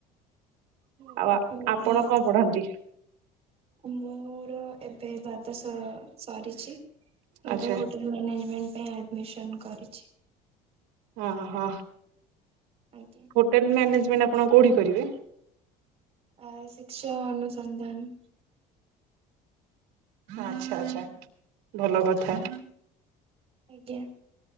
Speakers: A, on the right; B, on the right.
A: ହ
B: ଆଉ
A: ବହୁତ
B: ଆପଣ
A: ଭଲ
B: କଣ ପଢନ୍ତି?
A: ମୋର ଏବେ ଦ୍ଵାଦଶ ସରିଛି
B: ଆଚ୍ଛା
A: ଏବେ ହୋଟେଲ ମ୍ୟାନେଜମେଣ୍ଟ ପାଇଁ ଆଡମିସନ କରିଛି।
B: ଓ ହ
A: ଆଜ୍ଞା।
B: ହୋଟେଲ ମ୍ୟାନେଜମେଣ୍ଟ ଆପଣ କୋଉଠି କରିବେ?
A: ଆ ଶିକ୍ଷା ଅନ ଅନୁସନ୍ଧାନ
B: ଆଚ୍ଛା ଆଛା ଭଲ କଥା।
A: ଆଜ୍ଞା।